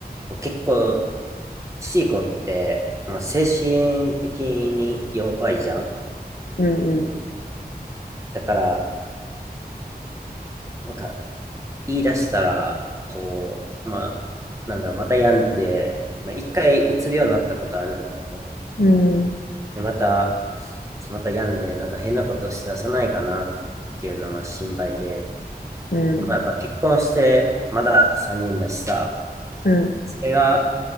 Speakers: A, on the right (about 20°); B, on the left (about 65°).
A: こう結構、シーコって、まあ、精神的に弱いじゃん。
B: うん、
A: だから、なんか、言い出したら、こう、まあ、なんだろう、また病んで、まあ、一回うつ病になったことあるんだよね。
B: うん、うん。
A: で、また、また病んで、なんか変なことしださないかなっていうのは心配で、
B: うん
A: まあ、やっぱ結婚して、まだ3年だしさ、
B: うん、
A: それが